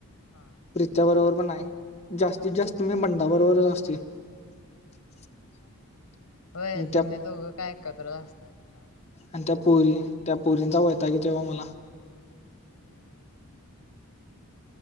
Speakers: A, on the left (about 65°); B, on the left (about 30°).
A: हां
B: प्रित्या बरोबर पण नाही, जास्तीत जास्त मी बंडा बरोबरच असते. <inaudible>
A: व्हय
B: त्या
A: तुम्ही दोघं काय एकत्रच असतात कायम.
B: अन त्या पोरी, त्या पोरींचा वैताग येतोय आम्हांला.
A: ह्ह.